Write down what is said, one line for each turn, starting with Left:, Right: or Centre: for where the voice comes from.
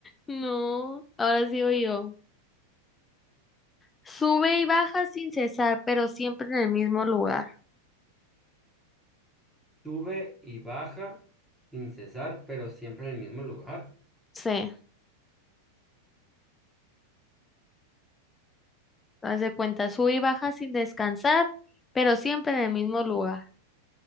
Left: No, ahora sigo yo. Sube y baja sin cesar, pero siempre en el mismo lugar.
Centre: Sube y baja sin cesar, pero siempre en el mismo lugar.
Left: Sí, haz de cuenta, sube y baja sin descansar, pero siempre en el mismo lugar.